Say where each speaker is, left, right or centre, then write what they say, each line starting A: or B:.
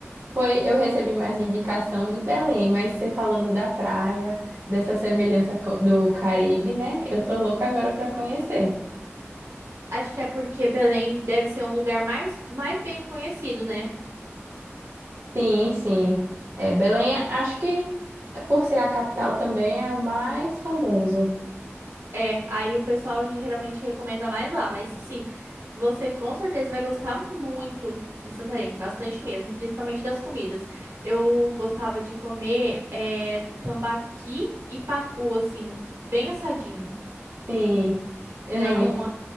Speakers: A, on the right; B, on the right.
A: foi, eu recebi mais indicação de Belém, mas você falando da praia, dessa semelhança co- do Caribe, né, eu tô louca agora para conhecer.
B: Acho que é porque Belém deve ser um lugar mais, mais bem conhecido, né?
A: Sim, sim. É, Belém, acho que é, por ser a capital também é o mais famoso.
B: É, aí o pessoal geralmente recomenda mais lá, mas assim, você com certeza vai gostar muito de Santarém, bastante mesmo, principalmente das comidas. Eu gostava de comer é, tambaqui e pacu, assim, bem assadinho.
A: Sim, eu
B: Daí
A: não,
B: com,
A: ent-
B: uma-